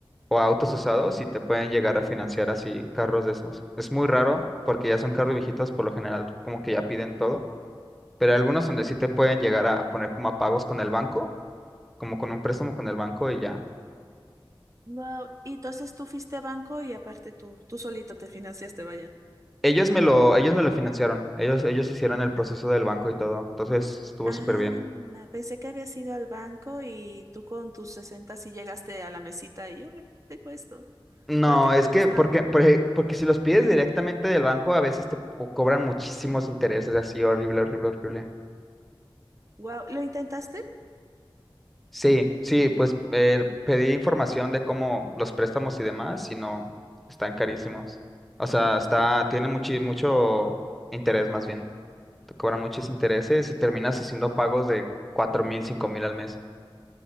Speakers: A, in the centre; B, on the right.
A: o autos usados, y te pueden llegar a financiar así carros de esos. Es muy raro
B: Mm.
A: porque ya son carros viejitos, por lo general como que ya piden todo pero hay algunos donde sí te pueden llegar a poner como a pagos con el banco, como con un préstamo con el banco y ya.
B: Wow. Y entonces tú fuiste a banco y aparte tú, tú solito te financiaste, vaya.
A: Ellos me lo, ellos me lo financiaron, ellos, ellos hicieron el proceso del banco y todo, entonces estuvo
B: Ah,
A: súper bien.
B: pensé que habías ido al banco y tú con tus 60 sí llegaste a la mesita y hola, tengo esto.
A: No,
B: ¿Para qué me
A: es que
B: gusta?
A: porque, porque, porque si los pides directamente del banco, a veces te po- cobran muchísimos intereses así, horrible, horrible, horrible.
B: Wow, ¿lo intentaste?
A: Sí, sí, pues eh, pedí información de cómo los préstamos y demás, y no, están carísimos. O sea, está, tiene mucho, mucho interés más bien. te cobran muchos intereses y terminas haciendo pagos de cuatro mil, cinco mil al mes.